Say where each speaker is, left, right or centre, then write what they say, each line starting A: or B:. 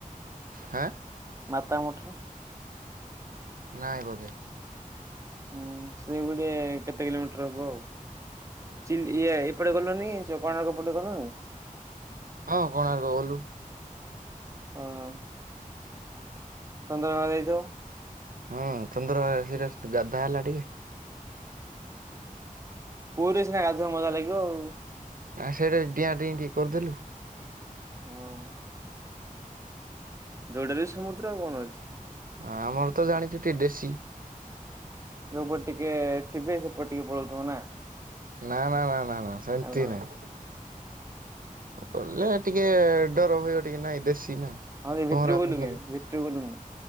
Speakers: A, on the right (about 75°); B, on the right (about 20°).
A: ହଁ।
B: ମାତା ମଠ।
A: ନାଇଁ ବୋଧେ।
B: ହୁଁ ସେ ଗୋଟେ କେତେ କିଲୋମିଟର ହବ ଆଉ ଇ ଏପଟେ ଗଲନି ସେ କୋଣାର୍କ ପଟେ ଗଲୁନି
A: ହଁ କୋଣାର୍କ ଗଲୁ।
B: ହଁ। ଚନ୍ଦ୍ରମା ଯାଇଥିବ?
A: ହଁ ଚନ୍ଦ୍ରଭାଗ ସେଟ ଗାଧା ହେଲା ଟିକେ
B: ପୁଅରେ ସିନା ଗାଧୁଆ ମଜା ଲାଗିବ ଆଉ।
A: ଆ ସେଇଟା ଡିଆଁ ଡିଁ ଟିକେ କରିଦେଲୁ
B: ହଁ। ଯଉଟା ବି ସମୁଦ୍ର ଆଉ କଣ ଅଛି?
A: ହଁ ଆମର ତ ଜାଣିଛୁ ଟିକେ ଦେଶୀ
B: ଯୋଉପଟ ଟିକେ ଥିବେ ସେପଟେ ଟିକେ ପଳଉଥିବ ନା?
A: ନା ନା ନା ନା ନା ସେମିତି
B: ଆଉ କଣ
A: ନାଇଁ। ଗଲେ ଟିକେ ଡର ହଗ ଟିକେ ନାଇଁ ଦେଶୀ ନା।
B: ହଁ ଯେ
A: ପହଁରା
B: ଭିତରକୁ
A: ପହଁରି
B: ଭିତରକୁ ଗଲୁ କେମିତି?